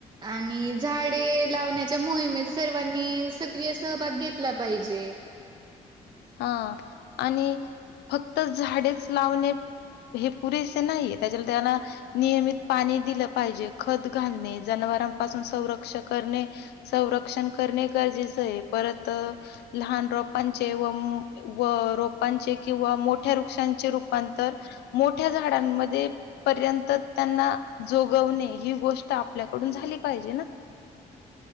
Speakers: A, on the right; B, on the left.
A: आणि झाडे लावण्यात च्या मोहिमेत सर्वांनी सक्रिय सहभाग घेतला पाहिजे.
B: हा. आणि फक् तर झाडेच लावणे हे पुरेसे नाहीये त्याच्या त्याला नियमित पाणी दिलं पाहिजे खत घालणे जनावरांपासून संरक्ष करणे संरक्षण करणे गरजे चय परत लहान रोपांचे व हम्म व रोपांचे किंवा मोठ मोठ्या वृक्षांचे रूपांतर मोठ मोठ्या झाडांमध्ये ते पर्यंत त्यांना जोगवणे ही गोष्ट आपल्याकडून झाली पाहिजे ना.